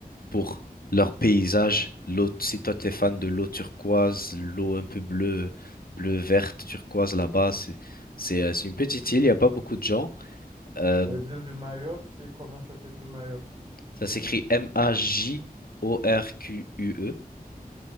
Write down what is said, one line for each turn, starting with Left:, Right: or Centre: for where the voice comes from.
Left: pour leur paysage. L'eau, si toi t'es fan de l'eau turquoise, l'eau un peu bleue, bleu verte turquoise là-bas, c'est c'est euh, c'est une petite île. Il n'y a pas beaucoup de gens. Euh,
Right: Les îles de Mayotte, c'est comment ça s'écrit Mayotte?
Left: ça s'écrit M-A-J-O-R-Q-U-E.